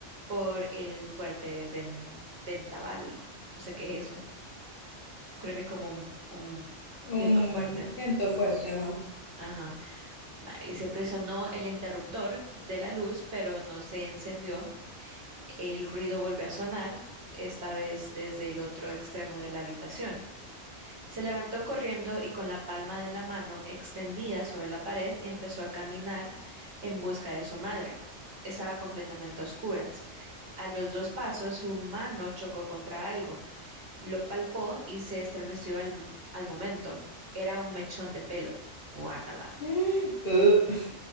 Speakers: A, on the right; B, on the left.
A: por el fuerte ven- vendaval. No sé qué es eso. Creo que es como un, un
B: Un
A: viento fuerte.
B: viento fuerte, ajá.
A: Ajá. Y se presionó el interruptor de la luz, pero no se encendió El ruido volvió a sonar, esta vez desde el otro extremo de la habitación. Se levantó corriendo y con la palma de la mano extendida sobre la pared empezó a caminar en busca de su madre. Estaba completamente a oscuras. A los dos pasos su mano chocó contra algo. Lo palpó y se estremeció al, al momento. Era un mechón de pelo. Guácala.
B: Mm, uh,